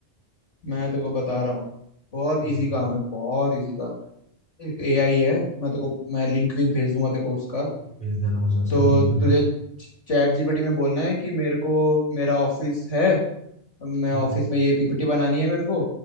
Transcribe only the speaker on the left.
मैं तेरे को बता रहा हूँ ना बहुत
इजी काम है बहुत इजी काम है एक एआई है मैं तेरे को मैं लिंक विंक भेज दूंगा तेरे को उसका
तो
तुझे चैट जीपीटी में बोलना है कि मेरे को मेरा ऑफिस है मैं
ऑफिस में ये पीपीटी बनानी है मेरे को